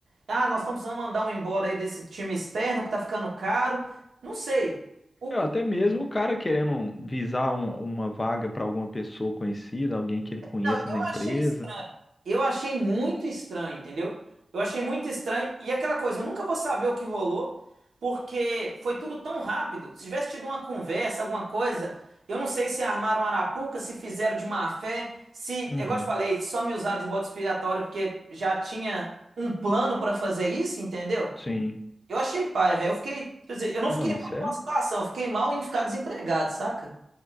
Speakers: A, on the right (about 90°); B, on the left (about 30°).
A: Ah, nós estamos precisando mandar um embora aí desse time externo que tá ficando caro. Não sei. O-
B: É, até
A: o-
B: mesmo o cara querendo visar um- uma vaga para alguma pessoa conhecida, alguém que ele conheça
A: Não, eu
B: na empresa.
A: achei estranho. eu achei muito estranho, entendeu? Eu achei muito estranho. E aquela coisa, eu nunca vou saber o que rolou, porque foi tudo tão rápido. Se tivesse tido uma conversa, alguma coisa, eu não sei se armaram arapuca, se fizeram de má fé, se,
B: Uhum,
A: é igual eu te falei, só me usaram de bode expiatório porque já tinha um plano pra fazer isso, entendeu?
B: sim.
A: Eu achei paia, velho. Eu fiquei, quer dizer, eu não
B: Não,
A: fiquei
B: isso
A: mal
B: é,
A: com a situação, eu fiquei mal em ficar desempregado, saca?